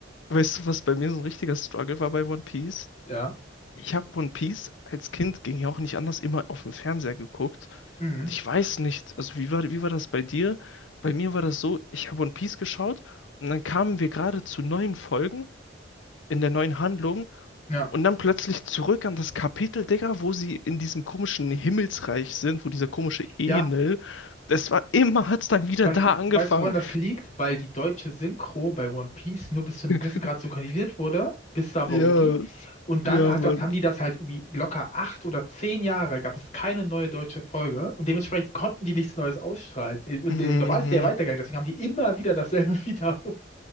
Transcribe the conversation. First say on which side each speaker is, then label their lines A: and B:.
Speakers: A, on the left; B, on the left.
A: weißt du, was bei mir so ein richtiger Struggle war bei One Piece?
B: Ja.
A: Ich habe One Piece als Kind, ging ja auch nicht anders, immer auf dem Fernseher geguckt.
B: Mhm.
A: Und ich weiß nicht, also wie war, wie war das bei dir? Bei mir war das so, ich habe One Piece geschaut und dann kamen wir gerade zu neuen Folgen in der neuen Handlung
B: Ja.
A: und dann plötzlich zurück an das Kapitel, Digga, wo sie in diesem komischen Himmelsreich sind, wo dieser komische Enel,
B: Ja,
A: das war immer, hat's dann wieder
B: weil,
A: da angefangen.
B: weißt du, woran das liegt? Weil die deutsche Synchro bei One Piece nur bis zu einem
A: <laughs>
B: gewissen Grad synchronisiert wurde, bis Sabaody.
A: yes
B: Und
A: ja,
B: dann hat
A: Mann.
B: das, haben die das halt irgendwie locker acht oder zehn Jahre, gab es keine neue deutsche Folge. Und dementsprechend konnten die nichts Neues ausstrahlen. Äh, und
A: Mhm.
B: dem- Normal
A: mhm.
B: ist der Weitergang, deswegen haben die immer wieder dasselbe <laughs> wiederholt.